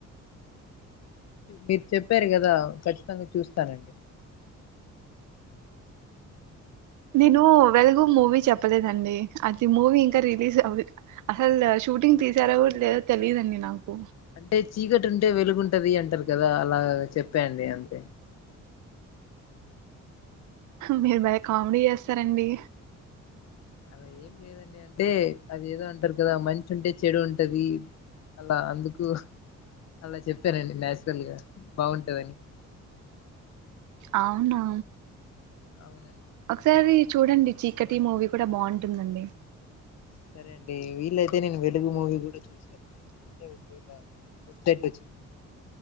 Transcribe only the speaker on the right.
నేను వెలుగు మూవీ చెప్పలేదండి. అది మూవీ ఇంకా రీలీజ్ అ అసల్ షూటింగ్ తీసారో లేదో తెలియదండి. నాకు
మీరు భలే కామెడీ చేస్తారండి.
అవునా
ఒకసారి చూడండి. చీకటి మూవీ కూడా బాగుంటుందండి.